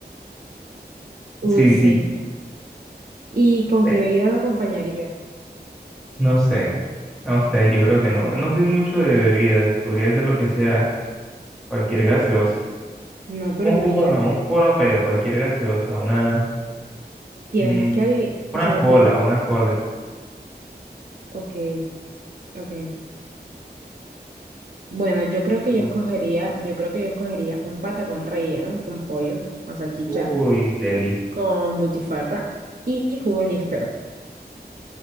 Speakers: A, on the right; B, in the centre.
A: Uy,
B: Sí,
A: sí.
B: sí,
A: ¿Y con
B: eh,
A: qué bebida lo acompañarías?
B: no sé, no sé, yo creo que no. No soy mucho de bebidas, podría ser lo que sea, cualquier gaseosa.
A: No, pero
B: Un
A: imagínate,
B: jugo no, un jugo no pega, cualquier gaseosa, una,
A: tienes
B: mm,
A: que adivinar,
B: una
A: o sea,
B: cola,
A: tie-
B: una cola.
A: ok, ok. Bueno, yo creo
B: ¿Y tú?
A: que yo escogería, yo creo que yo escogería un patacón relleno con pollo, con salchicha,
B: Uy, Deli.
A: con butifarra y jugo de níspero,